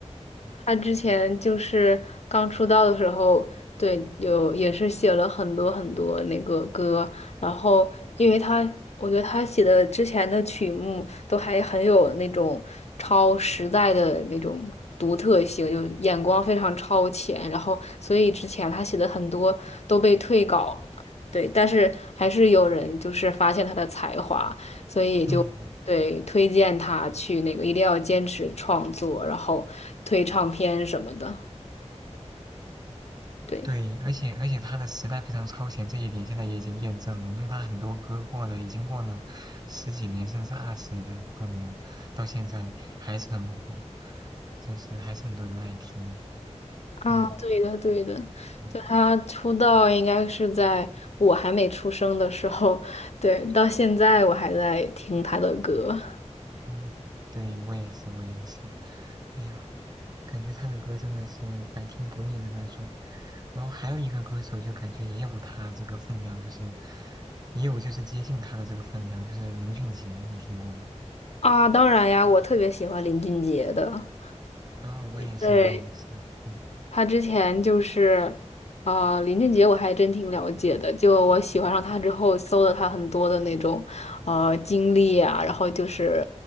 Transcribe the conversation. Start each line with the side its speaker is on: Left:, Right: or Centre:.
Right: 嗯
Left: 他之前就是刚出道的时候，对，有也是写了很多很多那个歌，然后因为他，我觉得他写的之前的曲目都还很有那种超时代的那种独特性，就眼光非常超前，然后所以之前他写的很多都被退稿了对，但是还是有人就是发现他的才华，所以就。
Right: 嗯，
Left: 对，推荐他去那个，一定要坚持创作，然后推唱片什么的。对，
Right: 对，而且而且他的时代非常超前，这一点现在也已经验证了，因为他很多歌过了，已经过了十几年，甚至二十多年，到现在还是很火，就是还是很多人爱听。
Left: 啊，
Right: 嗯
Left: 对的，对的。
Right: 嗯，
Left: 就他出道应该是在我还没出生的时候，对，到现在我还在听他的歌
Right: 嗯，对，我也是，我也是。哎呀，感觉他的歌真的是百听不腻的那种。然后还有一个歌手，就感觉也有他这个分量，就是也有就是接近他的这个分量，就是林俊杰，你听过吗？
Left: 啊。当然呀，我特别喜欢林俊杰的。
Right: 啊，我也是，
Left: 对，
Right: 我也是。嗯。
Left: 他之前就是，呃，林俊杰我还真挺了解的。就我喜欢上他之后，搜了他很多的那种，呃，经历啊，然后就是，